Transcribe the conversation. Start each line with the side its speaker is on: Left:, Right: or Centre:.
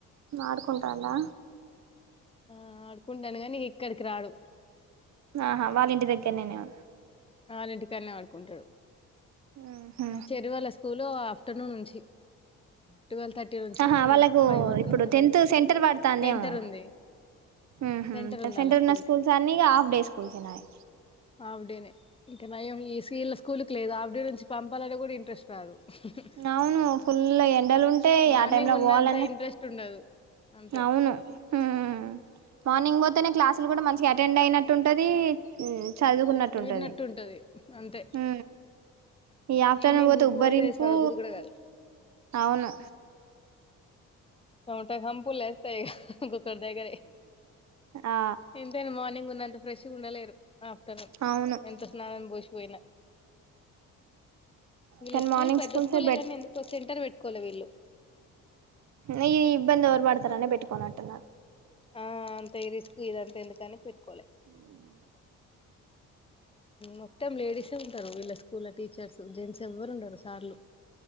Right: ఆడుకుంటాండా
Left: ఆ ఆడుకుంటాండు గానీ ఇక్కడికి రాడు
Right: ఆహా వాళ్ళ ఇంటి దగ్గర్నేనేమో
Left: వాళ్ళ ఇంటికాన్నే ఆడుకుంటడు
Right: ఉహు
Left: చెర్రీ వాళ్ళ స్కూలు ఆఫ్టర్నూన్ నుంచి టువెల్ థర్టీ నుంచి
Right: ఆహా వాళ్ళకు
Left: ఫైవ్ వరకేమో
Right: ఇప్పుడు
Left: ఉంటది
Right: టెన్త్ సెంటర్ పడుతాందేమో
Left: సెంటర్ ఉంది ఆ
Right: ఉహు
Left: ఉంది
Right: సెంటర్
Left: ఆళ్ళ స్కూల్
Right: ఉన్నా స్కూల్స్
Left: కి
Right: అన్ని ఇగ హాఫ్ డే స్కూల్స్ ఏ నాయే
Left: హాఫ్ డే నే ఇంకా నయం ఈసీళ్ళ స్కూల్ కి లేదు ఆవిడే నుంచి పంపాలనే కూడా ఇంట్రెస్ట్ రాదు హూ హూ
Right: అవును ఫుల్ ఎండలు ఉంటాయి
Left: మార్నింగ్
Right: ఆ టైమ్ లో
Left: ఉన్నంత
Right: పోవాలన్నా
Left: ఇంట్రెస్ట్ ఉండదు అంతే
Right: అవును ఊ మార్నింగ్ ఓతేనే క్లాస్లు కూడా మంచి కి అటెండ్ అయినట్టుంటది ఊ చదువుకున్నట్టు ఉంటది
Left: విన్నట్టు అంతే
Right: ఊ ఈ యాప్
Left: ఈవినింగ్
Right: తోనీ పోతే ఉబ్బరింపు
Left: చదవబుద్ధి కూడా కాదు
Right: అవును
Left: షవట కంపు లేస్తాయిగ గు ఒకరి దగ్గరే
Right: ఆ
Left: ఎంతైనా మార్నింగ్ ఉన్న అంత ఫ్రెష్ ఉండలేరు ఆఫ్టర్నూన్
Right: అవును
Left: ఎంత స్నానం పోసిపోయిన వీళ్ళ
Right: కానీ
Left: స్కూల్
Right: మార్నింగ్
Left: పెద్ద
Right: స్కూల్సే
Left: స్కూలే గానీ ఎందుకో సెంటర్ వెట్టుకోలె వీళ్ళు
Right: నీ ఈ ఇబ్బంది ఎవరు పడతారనే పెట్టుకోను అంటున్నా
Left: ఆ అంత ఈ రిస్క్ ఇదంత ఎందుకని పెట్కోలె
Right: నాన
Left: మొత్తం లేడీసే ఉంటారు వీళ్ళ స్కూల్లో టీచర్స్ జెంట్స్ ఎవ్వరు ఉండరు సార్లు